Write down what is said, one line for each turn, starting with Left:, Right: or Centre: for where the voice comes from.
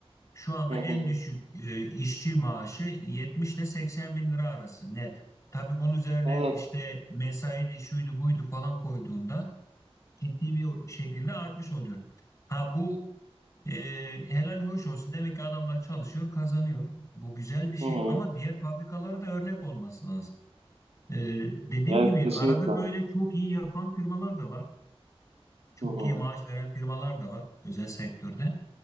Left: Şu anda
Right: Hı
Left: en
Right: hı.
Left: düşük e, işçi maaşı 70 ile 80 bin lira arası net. Tabii bunun üzerine
Right: Evet.
Left: işte mesai de şuydu buydu falan koyduğunda ciddi bir şekilde artmış oluyor. Ha bu e, helal hoş olsun. Demek ki adamlar çalışıyor, kazanıyor. Bu güzel bir şey
Right: Hı hı.
Left: ama diğer fabrikalara da örnek olması lazım. E, dediğim
Right: Evet,
Left: gibi
Right: kesinlikle.
Left: arada böyle çok iyi yapan firmalar da var. Çok
Right: Hı hı.
Left: iyi maaş veren firmalar da var özel sektörde.